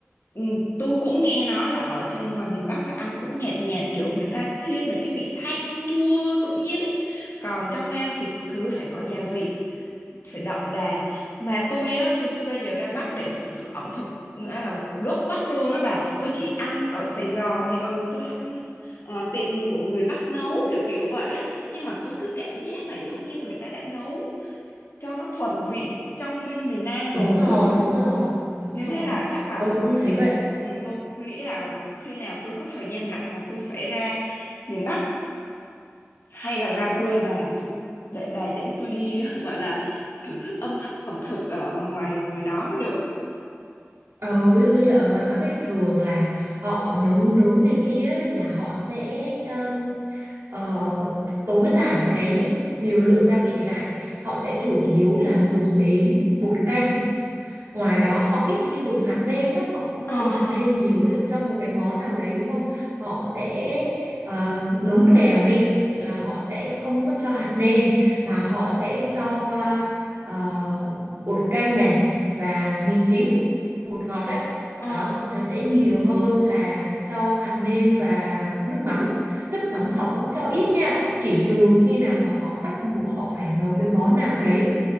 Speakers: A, on the left; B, on the right.
A: Ừm, tôi cũng nghe nói là ở trong ngoài miền Bắc là ăn cũng nhạt nhạt kiểu người ta thiên về cái vị thanh chua tự nhiên ấy. Còn trong Nam thì cứ phải có gia vị. phải đậm đà mà tôi á tôi chưa bao giờ ra Bắc để thưởng thức ẩm thực nghĩa là gốc Bắc luôn đó bà tôi chỉ ăn ở Sài Gòn thì ừ tôi ăn ờ, tiệm của người Bắc nấu kiểu kiểu vậy á nhưng mà tôi cứ cảm giác là giống như người ta đã nấu cho nó thuần vị trong bên miền Nam
B: đúng
A: rồi
B: rồi, đúng rồi,
A: Ờ.
B: đúng
A: nên
B: rồi.
A: thế là chắc là
B: Tôi
A: tôi
B: cũng thấy
A: nghĩ
B: vậy
A: ừ, tôi nghĩ là khi nào tôi có thời gian rảnh là tôi phải ra miền Bắc hay là ra quê bà tôi để bà dẫn tôi đi <laughs> gọi là thưởng thức âm th ẩm thực ở ngoài ngoài đó mới được
B: Ờ, ví dụ như là ở ngoài Bắc ấy thường là họ nấu nướng này kia ấy, là họ sẽ um, ờ, tối giản cái liều lượng gia vị lại họ sẽ chủ yếu là dùng đến bột canh Ngoài đó họ ít khi dùng hạt nêm lắm, họ không có
A: Ờ,
B: dùng hạt nêm nhiều. Ví dụ trong một cái món nào đấy đúng không? Họ sẽ ờ, nấu nước lèo đi là họ sẽ không có cho hạt nêm mà họ sẽ cho à, ờ, bột canh này và mì chính, bột ngọt đó
A: ờ,
B: Đó, rồi sẽ nhiều hơn là cho hạt nêm và nước mắm. Nước mắm họ cũng cho ít nha, chỉ trừ khi nào mà họ bắt buộc họ phải nấu cái món nào đấy